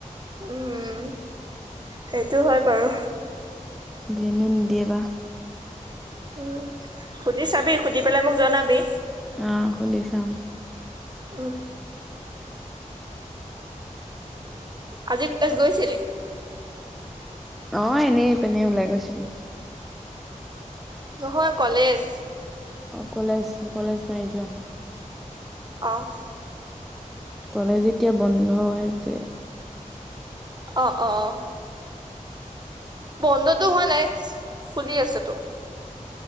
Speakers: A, on the right; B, in the centre.
A: উম সেইটো হয় বাৰু
B: দনিি দিয়বা
A: উম সুধি চাবি সুধি পেলাই মোক জনাবি
B: আহ সুধি চাম
A: উম আজি ক্লাছ গৈছিলি
B: অ এনেই পিনেই ওলাই গৈছিলোঁ
A: নহয় কলেজ
B: অঁ কলেজ কলেজ নাই যোৱা
A: আহ
B: কলেজ এতিয়া বন্ধ আছে
A: অ অ অ বন্ধটোো হোৱা নাই খুলি আছেতো